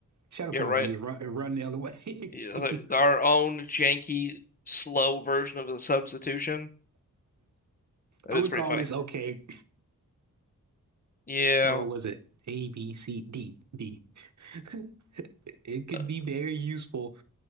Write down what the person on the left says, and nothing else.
Yeah,
right.
you know, th- our
own janky, slow version of the substitution. That
is
pretty
funny.
Yeah,
uh,